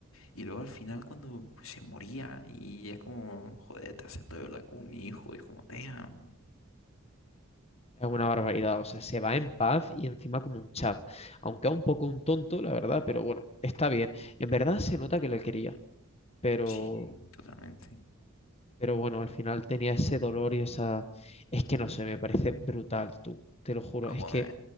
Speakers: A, on the left; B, on the left.
A: Y luego al final cuando pues, se moría y es como, joder, te acepto de verdad como mi hijo, y es como, damn,
B: Es una barbaridad, o sea, se va en paz y encima como un chat. Aunque es un poco un tonto, la verdad, pero bueno, está bien. En verdad se nota que le quería, pero,
A: sí, totalmente.
B: pero bueno, al final tenía ese dolor y esa... Es que no sé, me parece brutal, tú, te lo juro.
A: Joder,
B: Es que